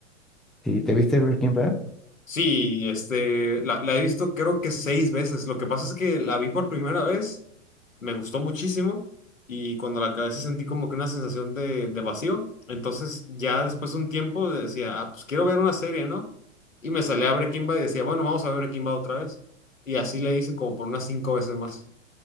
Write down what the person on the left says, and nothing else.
Sí, este, la, la he visto creo que seis veces. Lo que pasa es que la vi por primera vez, me gustó muchísimo y cuando la acabé sí sentí como que una sensación de, de vacío. Entonces ya después de un tiempo decía, ah, pues quiero ver una serie, ¿no? Y me salía a Breaking Bad y decía, bueno, vamos a ver Breaking Bad otra vez. Y así le hice como por unas cinco veces más.